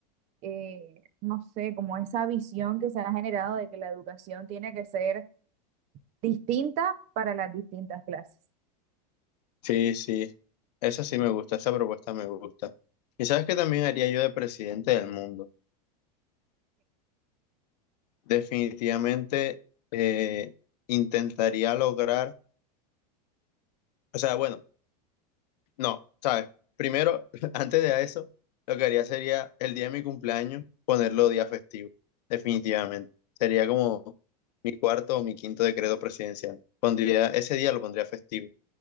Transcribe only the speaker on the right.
eh, no sé, como esa visión que se ha generado de que la educación tiene que ser distinta para las distintas clases.